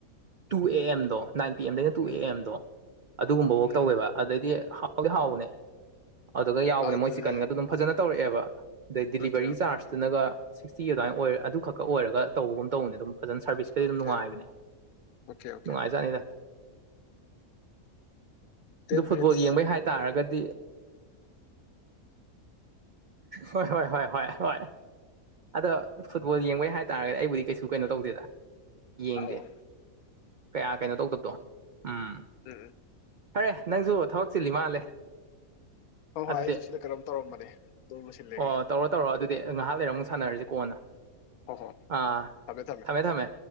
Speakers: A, on the right (about 75°); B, on the left (about 80°).
A: ꯇꯨ ꯑꯦ ꯑꯦꯝꯗꯣ ꯅꯥꯏꯟ ꯄꯤ ꯑꯦꯝꯗꯒꯤꯅ ꯇꯨ ꯄꯤ
B: ꯎꯝ
A: ꯑꯦꯝꯗꯣ ꯑꯗꯨꯒꯨꯝꯕ ꯕꯛ
B: ꯎꯝ
A: ꯇꯧꯋꯦꯕ ꯑꯗꯩꯗꯤ ꯍꯥꯎꯗꯤ ꯍꯥꯎꯕꯅꯦ ꯑꯗꯨꯒ ꯌꯥꯎꯕꯅꯦ
B: ꯑꯗꯨꯗꯤ
A: ꯃꯣꯏ ꯆꯤꯛꯀꯟꯒꯗꯨ ꯑꯗꯨꯝ ꯐꯖꯅ ꯇꯧꯔꯛꯑꯦꯕ ꯑꯗꯩ ꯗꯤꯂꯤꯚꯔꯤ
B: ꯑꯣꯀꯦ ꯑꯣꯀꯦ
A: ꯆꯥꯔꯖꯇꯨꯅꯒ ꯁꯤꯛꯁꯇꯤ ꯑꯗꯨꯃꯥꯏꯅ ꯑꯣꯏꯔ ꯑꯗꯨꯈꯛ ꯑꯣꯏꯔꯒ ꯇꯧꯕꯒꯨꯝ ꯇꯧꯅꯤ ꯑꯗꯨꯝ ꯐꯖꯅ ꯁꯥꯔꯚꯤꯁꯀꯗꯤ
B: ꯑꯣꯀꯦ
A: ꯑꯗꯨꯝ ꯅꯨꯡꯉꯥꯏꯕꯅꯦ-
B: ꯑꯣꯀꯦ ꯑꯣꯀꯦ
A: ꯅꯨꯡꯉꯥꯏꯖꯥꯠꯅꯤꯗ
B: ꯇꯦꯟ
A: ꯑꯗꯨ ꯐꯨꯠꯕꯣꯜ
B: ꯃꯤꯅꯤꯠꯁ
A: ꯌꯦꯡꯕꯩ ꯍꯥꯏ-ꯇꯥꯔꯒꯗꯤ ꯍꯣꯏ ꯍꯣꯏ ꯍꯣꯢ ꯍꯣꯢ ꯑꯗꯣ ꯐꯨꯠꯕꯣꯜ ꯌꯦꯡꯕꯩ ꯍꯥꯏꯇꯥꯥꯔꯒꯗꯤ ꯑꯩꯕꯨꯗꯤ ꯀꯩꯁꯨ ꯀꯩꯅꯣ ꯇꯧꯗꯦꯗ ꯌꯦꯡꯗꯦ
B: ꯑꯧ
A: ꯀꯌꯥ ꯀꯩꯅꯣ- ꯇꯧꯗꯕꯗꯣ ꯎꯝ
B: ꯎꯪ ꯎꯪ
A: ꯐꯔꯦ ꯅꯪꯖꯨ ꯊꯕꯛ ꯆꯤꯜꯂꯤ ꯃꯥꯜꯂꯦ INAUDIBLE
B: ꯍꯣꯏ
A: ꯑꯗꯨꯗꯤ
B: ꯍꯣꯏ ꯑꯩꯁꯨ ꯁꯤꯗ ꯀꯩꯅꯣꯝ ꯇꯧꯔꯝꯕꯅꯦ ꯑꯗꯨ ꯂꯣꯏꯁꯤꯜꯂꯒꯦ
A: ꯑꯣ ꯇꯧꯔꯣ ꯇꯧꯔꯣ ꯑꯗꯨꯗꯤ ꯉꯥꯏꯍꯥꯛ ꯂꯩꯔ ꯑꯃꯨꯛ ꯁꯥꯟꯅꯔꯖ ꯀꯣꯟꯅ
B: ꯍꯣꯏ ꯍꯣꯏ
A: ꯑꯥ
B: ꯊꯝꯃꯦ ꯊꯝꯃꯦ
A: ꯊꯝꯃꯦꯊꯝꯃꯦ